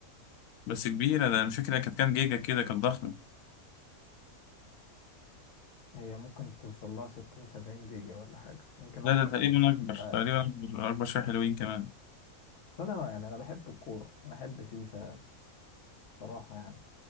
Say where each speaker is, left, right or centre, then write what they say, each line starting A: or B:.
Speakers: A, on the left; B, on the left.
A: بس كبيره ده أنا مش فاكر هي كانت كام جيجا كده كانت ضخمه
B: هي ممكن توصل لها 60 70 جيجا ولا حاجة يمكن
A: لا
B: أكتر
A: ده تقريبا
B: أنا مش
A: اكبر
B: مش عارف
A: تقريبا اكبر اكبر شويه حلوين كمان
B: بس أنا ما- يعني أنا بحب الكورة أنا بحب فيفا بصراحة يعني